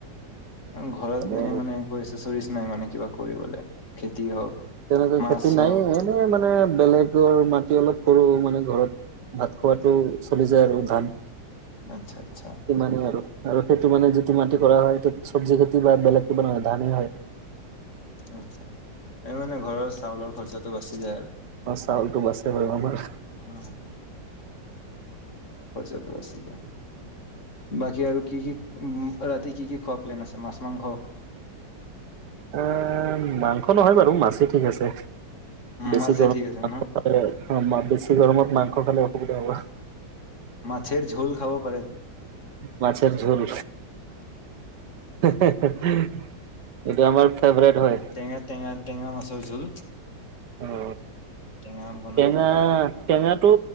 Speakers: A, on the left; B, on the right.
A: এ ঘৰত
B: এনে
A: এনেই মানে কৰিছে চৰিচ নাই মানে কিবা কৰিবলে খেতি হওক
B: তেনেকৈ
A: মাছ
B: খেতি
A: হওক
B: নাইে এনে মানে বেলেগৰ মাটি অলপ কৰু মানে ঘৰত ভাত খোৱাটো চলি যায় আৰু তাত।
A: আচ্ছা আচ্ছা
B: ইমানেই আৰু আৰু সেইটো মানে যিটো মাটি কৰা হয় সেইটো চব জেগাত কিবা বেলেগ কিবা নহয় ধানেই হয়।
A: আচ্ছা এই মানে ঘৰৰ চাউলৰ খৰচাটো বাচি যায় আৰু।
B: অ চাউলটো বাছে বাৰু আমাৰ
A: অ খৰচাটো বাছি যায় বাকী আৰু কি কি উম ৰাতি কি কি খোৱা প্লেন আছে মাছ মাংস
B: এ মাংস নহয় বাৰু মাছেই ঠিক আছে বেছি
A: মাছে
B: গৰম
A: ঠিক আছে ন
B: এ অ মা বেছি গৰমত মাংস খালে অসুবিধা হ'ব
A: মাছেৰ ঝোল খাব পাৰেটো
B: মাছেৰ ঝোল এইটো আমাৰ ফেভৰেট হয়
A: টেঙা টেঙা টেঙা মাছৰ জোল
B: অ
A: টঙন <unintelligible>
B: টেঙা টেঙাটো